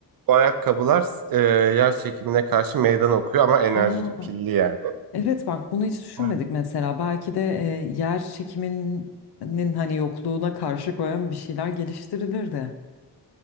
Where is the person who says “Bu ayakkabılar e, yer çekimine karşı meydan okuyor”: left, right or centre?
Right